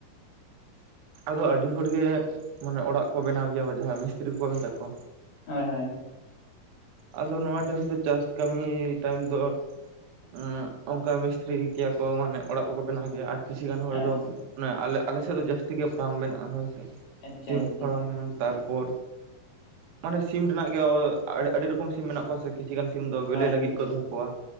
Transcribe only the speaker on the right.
ᱟᱫᱚ ᱟᱹᱰᱤ ᱦᱚᱲ ᱜᱮ ᱢᱟᱱᱮ ᱚᱲᱟᱜ ᱠᱚ ᱵᱮᱱᱟᱣ ᱜᱮᱭᱟ ᱡᱟᱦᱟᱸᱭ ᱢᱤᱥᱛᱤᱨᱤ ᱠᱚ ᱢᱮᱛᱟ ᱠᱚ ᱾
ᱟᱫᱚ ᱱᱚᱣᱟ ᱴᱟᱭᱤᱢ ᱫᱚ ᱪᱟᱥ ᱠᱟᱹᱢᱤ ᱴᱟᱭᱤᱢ ᱫᱚ ᱮᱸᱜ ᱚᱱᱠᱟ ᱢᱤᱥᱛᱤᱨᱤᱭ ᱜᱮᱭᱟ ᱠᱚ ᱢᱟᱱᱮ ᱚᱲᱟᱜ ᱠᱚᱠᱚ ᱵᱮᱱᱟᱣ ᱜᱮᱭᱟ ᱟᱨᱠᱤ᱾ ᱠᱤᱪᱷᱩ ᱜᱟᱱ ᱦᱚᱲ
ᱫᱚ
ᱚᱱᱮ ᱟᱞᱮ ᱟᱞᱮ ᱥᱮᱫ ᱫᱚ ᱡᱟᱹᱥᱛᱤ ᱜᱮ ᱯᱷᱟᱨᱟᱢ ᱢᱮᱱᱟᱜᱼᱟ ᱦᱳᱭ ᱥᱮ
ᱥᱤᱢ
ᱯᱷᱟᱨᱟᱢ᱾ ᱛᱟᱨᱯᱚᱨ, ᱢᱟᱱᱮ ᱥᱤᱢ ᱨᱮᱱᱟᱜ ᱜᱮ ᱚ ᱟᱹᱰᱤ ᱨᱚᱠᱚᱢ ᱥᱤᱢ ᱢᱮᱱᱟᱜ ᱠᱚᱣᱟ ᱥᱮ ᱾ ᱠᱤᱪᱷᱩ ᱜᱟᱱ ᱥᱤᱢ ᱫᱚ ᱵᱮᱞᱮ
ᱞᱟᱹᱜᱤᱫ
ᱠᱚ ᱫᱚᱦᱚ ᱠᱚᱣᱟ